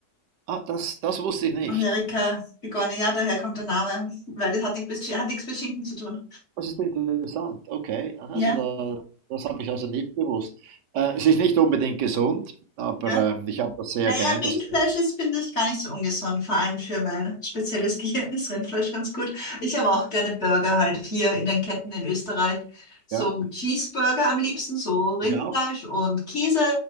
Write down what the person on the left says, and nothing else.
Amerika begonnen. Ja, daher kommt der Name, weil es hat nichts mit, hat nichts mit Schinken zu tun.
Ja,
ja.
Naja,
Rindfleisch
ist, finde ich, gar nicht so ungesund. Vor allem für mein spezielles <laughs> Gehirn ist Rindfleisch ganz gut. Ich habe auch gerne Burger halt hier in den Ketten in Österreich. So
Cheeseburger am liebsten, so Rindfleisch
und Käse